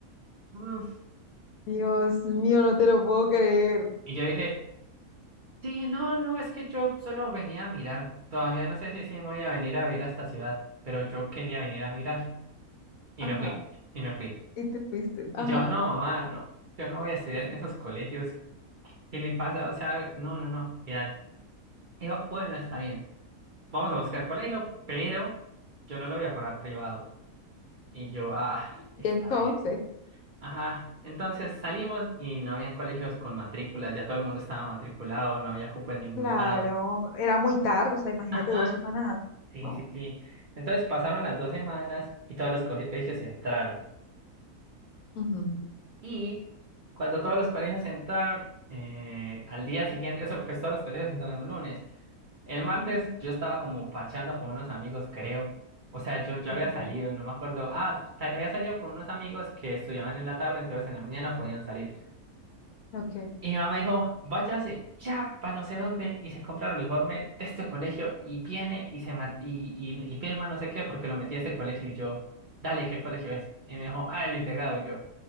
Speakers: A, on the right; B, on the left.
A: "Mm".
B: Dios mío, no te lo puedo creer.
A: Y yo dije, Sí, no, no, es que yo solo venía a mirar. Todavía no sé si sí me voy a venir a vivir a esta ciudad, pero yo quería venir a mirar. Y
B: Ajá.
A: me fui, y me fui.
B: Y te fuiste. Ajá.
A: Y yo, no, mamá, no, yo no voy a estudiar en esos colegios. ¿Qué le pasa? O sea, no, no, no, y tal. Dijo, bueno, está bien, vamos a buscar colegio, pero yo no lo voy a pagar privado. Y yo, ah, está
B: Y entonces.
A: bien. Ajá, entonces salimos y no habían colegios con matrículas, ya todo el mundo estaba matriculado, no había cupo en ningún
B: Claro,
A: lado.
B: era muy tarde, o sea, imagínate
A: Ajá.
B: dos semanas. antes,
A: Sí,
B: No.
A: sí, sí. Entonces pasaron las dos semanas y todos los colegios entraron.
B: Ujú,
A: Y cuando todos los colegios entraron, eh, al día siguiente, eso, pues todos los colegios entraron un lunes. El martes
B: ujú,
A: yo estaba como parchando con unos amigos, creo. O sea, yo, yo había
B: ok,
A: salido, no me acuerdo. Ah, ta- había salido con unos amigos que estudiaban en la tarde, entonces en la mañana podían salir.
B: ok.
A: Y mi mamá dijo, váyase ya para no sé dónde y se compra el uniforme de este colegio y viene y se ma- y, y, y firma no sé qué porque lo metí a este colegio y yo, dale, ¿qué colegio es? Y me dijo, ah, el integrado. Y yo,